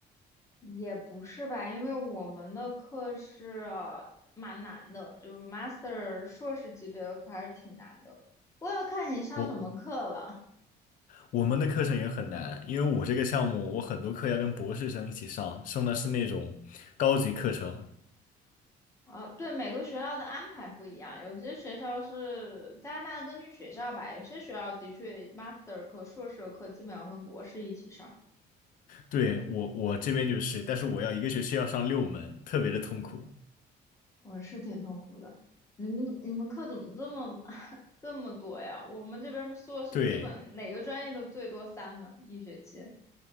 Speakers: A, on the left; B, on the left.
A: 也不是吧，因为我们的课是蛮难的，就 master 硕士级别的课还是挺难的。我要看你上什么课了。
B: 我我们的课程也很难，因为我这个项目，我很多课要跟博士生一起上，上的是那种高级课程。
A: 啊，对，每个学校的安排不一样，有些学校是加拿大根据学校吧，有些学校的确 master 课、硕士的课基本上跟博士一起上，
B: 对，我我这边就是，但是我要一个学期要上六门，特别的痛苦。
A: 我是挺痛苦的。你们你们课怎么这么 <laughs> 这么多呀？我们这边硕士基本哪个专业都最多三门一学期。
B: 对